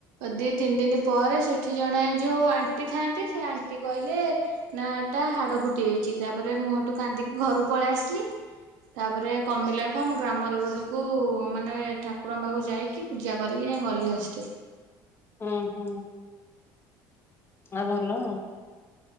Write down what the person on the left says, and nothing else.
ହଁ ହୁଁ। ଆ ଭଲ ଆଉ।